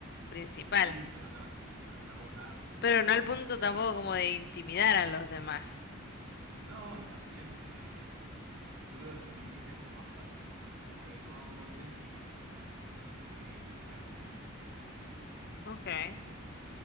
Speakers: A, on the left; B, on the right.
A: principal.
B: Sí, pero no, pero tampoco tanto.
A: pero no al punto tampoco como de intimidar a los demás.
B: No, y también eh, yo creo que su inteligencia es como más para mí, como que no, no sé si eh, destaco por mi inteligencia.
A: Okay.
B: Eh,